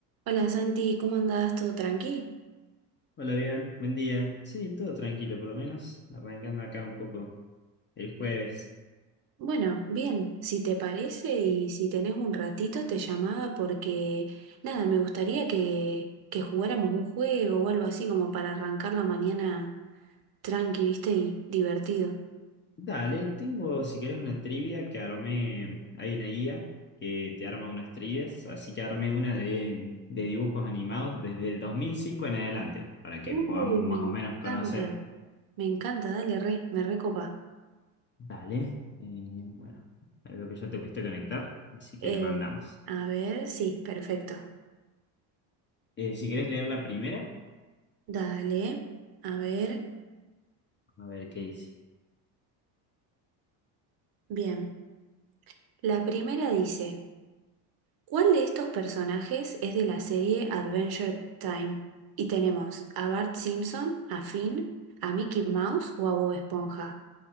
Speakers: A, on the right; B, on the left.
A: Hola Santi, ¿cómo andás? ¿Todo tranqui?
B: Hola, bien, buen día. Sí, todo tranquilo, por lo menos. Arrancando acá un poco el jueves.
A: Bueno, bien, si te parece y si tenés un ratito te llamaba porque nada, me gustaría que, que jugáramos un juego o algo así como para arrancar la mañana tranqui, ¿viste? Y divertido.
B: Dale, tengo, si querés, una trivia que armé. Hay una guía que te arma unas trivias, así que armé una de, de dibujos animados desde el 2005 en adelante, para que
A: Uy,
B: podamos más
A: me encanta,
B: o menos conocer.
A: me encanta, dale re, me recopa.
B: Dale, eh, bueno, ahí veo que ya te pudiste conectar, así que
A: Eh,
B: le mandamos.
A: a ver, sí, perfecto.
B: Eh, si querés leer la primera,
A: Dale, a ver,
B: a ver qué dice.
A: bien. La primera dice. ¿Cuál de estos personajes es de la serie Adventure Time? Y tenemos a Bart Simpson, a Finn, a Mickey Mouse o a Bob Esponja.